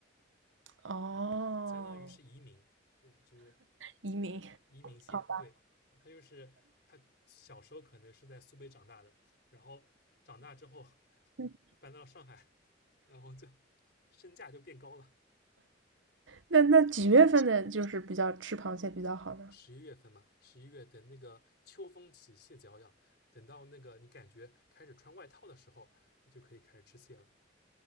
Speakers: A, on the right (about 80°); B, on the left (about 55°).
A: 哦，
B: 相当于是移民，呃就是
A: 移民，
B: 移民蟹，
A: 好吧。
B: 对，他就是他小时候可能是在苏北长大的，然后长大之后 <laughs>
A: 嗯
B: 搬到了上海，然后就身价就变高了。
A: 那那几月份的就是比较吃螃蟹比较好呢？
B: 十一月份嘛，十一月等那个秋风起，蟹脚痒，等到那个你感觉开始穿外套的时候，就可以开始吃蟹了。